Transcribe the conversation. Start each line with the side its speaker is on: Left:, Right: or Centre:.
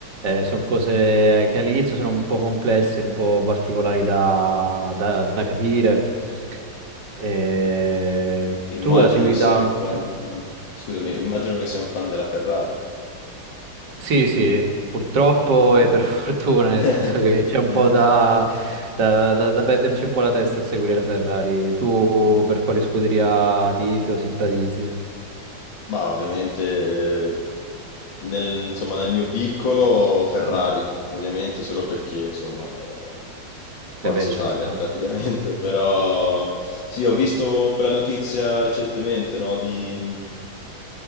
Right: sono cose che all'inizio sono un po' complesse, un po' particolari da, da- da capire. Eh,
Left: Immagino
Right: tu la segui
Left: che sei
Right: da...
Left: un fan,
Right: sì.
Left: scusami, immagino che sei un fan della Ferrari.
Right: Sì, sì, purtroppo
Left: Ok, ok.
Right: e per <laughs> fortuna, nel
Left: <laughs>
Right: senso che c'è un po' da, da, da- da perderci un po' la testa a seguire la Ferrari. Tu per quale scuderia tifi o simpatizzi?
Left: Ma ovviamente eh, nel, insomma, nel mio piccolo Ferrari,
Right: Mm.
Left: ovviamente solo perché insomma eh, Forza
Right: Beh, beh, ci
Left: Italia
Right: sta.
Left: praticamente, <laughs> però sì, ho visto quella notizia recentemente, no, di mh,